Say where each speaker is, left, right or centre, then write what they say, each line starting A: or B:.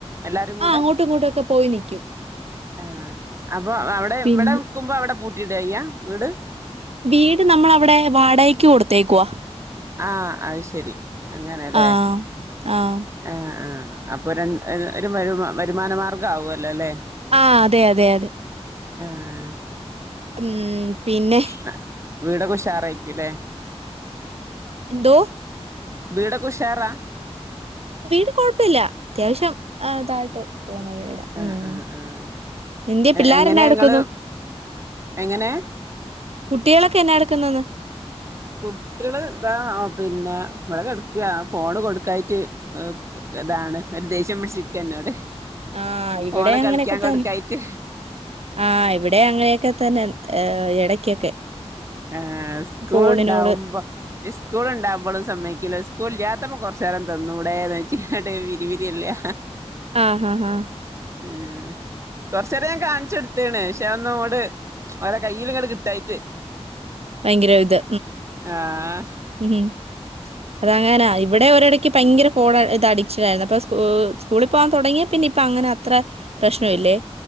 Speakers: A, on the right; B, on the right.
A: എല്ലാരും കൂടെ
B: ആഹ് അങ്ങോട്ടും ഇങ്ങോട്ടും ഒക്കെ പോയി നി
A: ആഹ്. അപ്പൊ അവ്ടെ
B: പിന്നെ
A: ഇവടെ നിക്കുമ്പ അവടെ പൂട്ടിയിടാ ചെയ്യാ വീട്?
B: വീട് നമ്മളവിടെ വാടകക്ക് കൊട്ത്തേക്കുവാ.
A: ആഹ് അത് ശെരി. അങ്ങനെലേ.
B: ആഹ് ആഹ്
A: ആഹ് ആഹ്. അപ്പൊ രണ് ഒരു ഒരു വരു വരുമാന മാർഗ്ഗാവൊല്ലോ ലേ?
B: ആഹ് അതെ അതെ അതെ.
A: ആഹ്.
B: ഉം പിന്നെ.
A: ന്ന വീടൊക്കെ ഉഷാറേയിക്കുലേ?
B: എന്തോ?
A: വീടൊക്കെ ഉഷാറാ?
B: വീട് കൊഴപ്പ ഇല്ല അത്യാവശം. ആഹ് ഇതായ്ട്ട് പോവുന്ന വീടാ
A: ആഹ്
B: ഉം.
A: ആഹ് ആഹ്
B: എന്ത്യേ പിള്ളാര്
A: എങ്ങനെ
B: എന്നാ എട്ക്കുന്നു?
A: ഇങ്ങള് എങ്ങനെ?
B: കുട്ടിയേളൊക്കെ എന്നാ എട്ക്ക്ന്നെന്ന്.
A: കുട്ട്യെള് ഇതാ പിന്നെ ഇബടെ കെടക്കാ. ഫോണ് കൊടുക്കായിറ്റ് ഇതാണ് ഒര് ദേഷ്യം പിടിച്ച് നിക്കാ ഇന്നോട്.
B: ആഹ് ഇവിടെ
A: ഫോണ്
B: അങ്ങനെയൊക്കെ
A: കളിക്ക്യാൻ കൊടുക്കായിറ്റ്
B: തന്നെ ആഹ് ഇവടെ അങ്ങനെക്കെ തന്നെ എടക്കൊക്കെ.
A: ആഹ് സ്കൂള്
B: ഫോണിനോട്
A: ഇണ്ടാവുമ്പം ഇസ്കൂള്ണ്ടാവുമ്പളും സമയ്ക്കില്ല സ്കൂളില്ലാത്തപ്പം കൊറച്ചേരം തന്നൂടേന്ന് ചോയ്ക്ക്യാ ഇന്നട്ട് വിരി വിരിയെല്ലാ.
B: ആഹ്ഹഹാ.
A: ഉ ഉം കൊറച്ചേരം ഞാൻ കാണിച്ചൊടു ത്ത്ണ്. പക്ഷേ അതൊന്നും അങ്ങോട് ഓരെ കയ്യില് ഇങ്ങട് കിട്ടായിറ്റ്.
B: ഭയങ്കര ഇത്
A: ആഹ്
B: ഉം. അതങ്ങനാ. ഇവിടെ ഒരിടയ്ക്ക് ഭയങ്കര ഫോൺ ഇത് അഡിക്ഷനായിരുന്നു അപ്പൊ സ്കൂ സ്കൂളി പോവാൻ തൊടങ്ങിയേ പിന്നെ ഇപ്പം അങ്ങനെ അത്ര പ്രശ്നവില്ലേ.